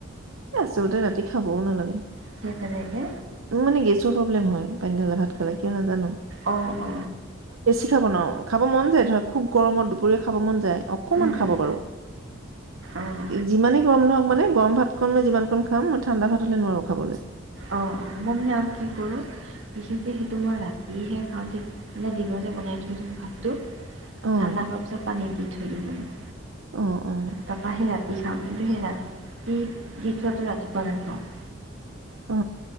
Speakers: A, on the right; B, on the right.
A: আছ আচলতে ৰাতি খাবৌ নালাগে।
B: কিয় তেনেকে?
A: মোৰ মানে গেছৰ প্ৰব্লেম হয় পানীঢালা ভাত খালে কিয় নাজানো।
B: অ অ
A: পিঠা বনাওঁ খাব মন যায় ধৰক খুব গৰমত দুপৰীয়া খাব মন যায়। অকমান
B: উম
A: খাব
B: উম
A: পাৰোঁ
B: অঁ
A: যিমানে গৰম নহওক মানে। গৰম ভাতকণ মই যিমানকণ খাম মই ঠাণ্ডা ভাত হ'লে নোৱাৰো খাবলে।
B: অ অ মই মানে আৰু কি কৰোঁ বিশেষ কে সেইটো মই ৰাতিহে খাওঁ দেই, মই দিনতে বনাই থৈ দিলোঁ ভাতটো
A: অ',
B: ঠাণ্ডা হোৱা পিছত পানী দি থও ধৰিমে । <inaudible>
A: অ', অ',
B: তাৰপা হে ৰাতি বিশ্বাস কৰিবি ৰাতি ভিতৰতে ৰাতিপুৱা নাখাওঁ। <inaudible>
A: অ